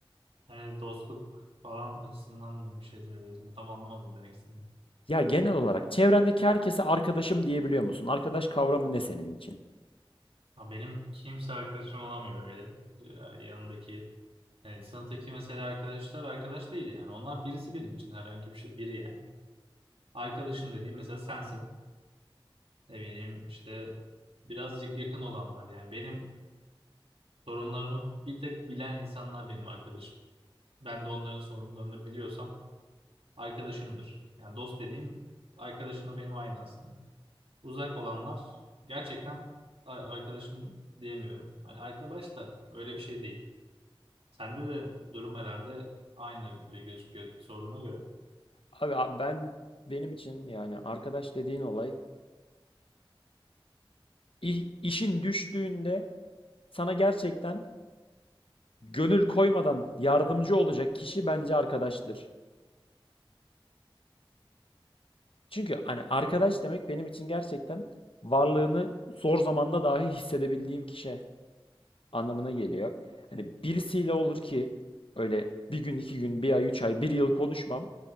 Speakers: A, on the right; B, on the left.
A: hani dostluk falan açısından mı bir şey söylüyorsun? Tam anlamadım demek istediğini.
B: Ya genel olarak çevrendeki herkese arkadaşım diyebiliyor musun? Arkadaş kavramı ne senin için?
A: Ya benim kimse arkadaşım olamıyor öyle. Ya yanındaki yani sınıftaki mesela arkadaşlar arkadaş değil yani. Onlar birisi benim için herhangi bir şey biri yani. Arkadaşım dediğim mesela sensin. Ne bileyim işte birazcık yakın olanlar yani. Benim sorunlarımı bir tek bilen insanlar benim arkadaşım. Ben de onların sorunlarını biliyorsam arkadaşımdır. Yani dost dediğim arkadaşımla benim aynı aslında. Uzak olanlar gerçekten a- arkadaşım diyemiyorum. Hani arkadaş da öyle bir şey değil. Sende de durum herhalde aynı gibi gözüküyor sorduğuna göre.
B: Abi a- ben benim için yani arkadaş dediğin olay i- işin düştüğünde sana gerçekten gönül koymadan yardımcı olacak kişi bence arkadaştır. Çünkü hani arkadaş demek benim için gerçekten varlığını zor zamanda dahi hissedebildiğim kişi. anlamına geliyor. Hani birisiyle olur ki öyle bir gün, iki gün, bir ay, üç ay, bir yıl konuşmam.